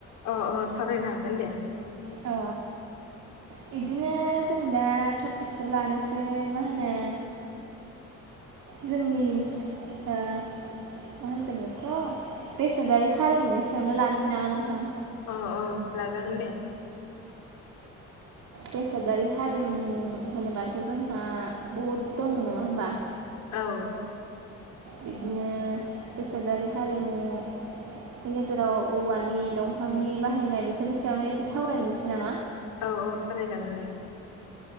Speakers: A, on the left (about 80°); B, on the right (about 70°).
A: अ अ सावरायनो हागोन दे
B: अ बिदिनो जों दा टपिकखौ लानोसै मा होनो जोंनि ओ मा होनगोन बेखौ' बेसेनादारि हारिमुनि सायावनो लानोसै नामा नोंथां
A: औ औ लाजागोन दे
B: बेसादारि हारिमु होनोबाथ' जोंहा बहुद दं नंङा होमबा
A: औ
B: बिदिनो बेसादारि हारिमु नि गेजेराव औवानि दंफांनि बाहायनाय बेफोरनि सायावनो एसे सावरायनोसै नामा
A: औ औ सावरायजागोन दे